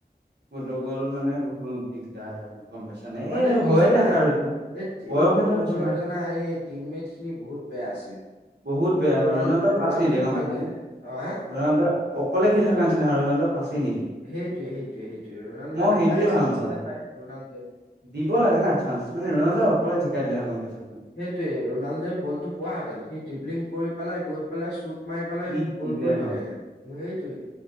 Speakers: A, on the right; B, on the left.
A: পতুৰ্গল মানে বহুত দিগদাৰ, গম পাইছ নে?
B: মানে
A: এই-
B: কি
A: হৈয়ে
B: জানা
A: থাকে আৰু এতিয়া
B: এই
A: বয়স
B: পটুৰ্গলৰ
A: এটা হৈছে না।
B: জানা এই টিমমেট খিনি বহুত বেয়া আছিল।
A: বহুত বেয়া,
B: ৰনাল
A: ৰনাল্ডোক
B: ৰনাল্ডোই
A: পাছ নিদিয়ে গম
B: ভাল
A: পাইছে
B: খেলে
A: নে
B: অ হা
A: ৰনাল্ডো অকলে খেলি থকাৰ নিচিনা হ'ল ৰনাল্ডোক পাছে নিদিয়ে।
B: সেইটোৱে, সেইটোৱে, সেইটোৱে ৰনাল্ডোে
A: মই
B: নাপায়
A: সেইটোৱে
B: এ,
A: ভাল
B: চান্সয়ে
A: নাপাওঁ
B: নাপায় ৰনাল্ডোয়ে।
A: দিব লাগে না চান্স, মানে ৰোনাল্ডে অকলে জিকাই দিলে গম পাইছ তুমি।
B: সেইটোৱে ৰনাল্ডোৱে ব'ল টো পোৱাঁহেতেন সি ড্ৰিবলিং কৰি পেলাই গৈ পেলাই শ্বুট মাৰি পেলাই
A: কি
B: গোল
A: দিলে
B: কৰি
A: হয়
B: দিলেহেঁতেন। সেইটোয়ে